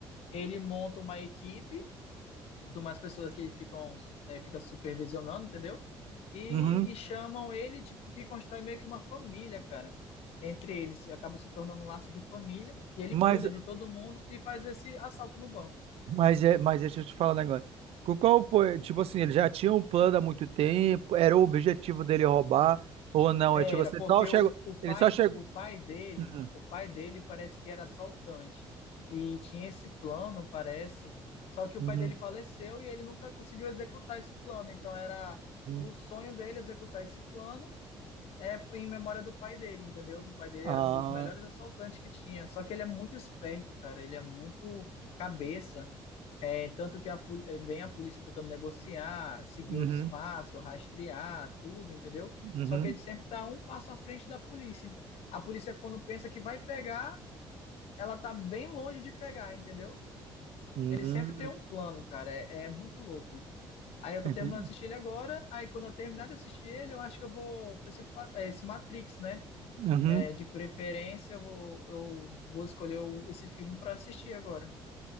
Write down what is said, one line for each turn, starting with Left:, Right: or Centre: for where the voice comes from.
Left: Ele monta uma equipe de umas pessoas que ficam é, fica supervisionando, entendeu? E,
Right: Uhum.
Left: e chamam ele, tipo, que constrói meio que uma família, cara. Entre eles, acaba se tornando um laço de família, e ele
Right: Mas,
Left: cuida de todo mundo e faz esse assalto no banco.
Right: mas, é, mas deixa eu te falar um negócio. Co- Qual foi? Tipo assim, ele já tinha um plano há muito tempo, era o objetivo dele roubar, ou não?
Left: Era,
Right: É tipo assim,
Left: porque
Right: só chegou,
Left: o, o pai,
Right: ele só chegou.
Left: o pai dele,
Right: Uhum.
Left: o pai dele parece que era assaltante. E tinha esse plano, parece. Só que o
Right: Uhum.
Left: pai dele faleceu e ele nunca conseguiu executar esse plano. Então era
Right: Uhum.
Left: o sonho dele executar esse plano é em memória do pai dele, entendeu? Que o pai dele
Right: Ah,
Left: era um dos melhores assaltantes que tinha. Só que ele é muito esperto, cara. Ele é muito cabeça. É, tanto que a poli- eh, vem a polícia tentando negociar, seguir
Right: uhum.
Left: os passos, rastrear, tudo, entendeu?
Right: Uhum.
Left: Só que ele sempre tá um passo à frente da polícia. A polícia, quando pensa que vai pegar, ela tá bem longe de pegar, entendeu?
Right: Uhum.
Left: Ele sempre tem um plano, cara. É, é muito louco. Aí eu tô
Right: Entendi.
Left: terminando de assistir ele agora. Aí quando eu terminar de assistir ele, eu acho que eu vou pra esse, pa- eh, esse Matrix, né?
Right: Uhum.
Left: É, de preferência, eu vou, eu vou escolher o- esse filme para assistir agora.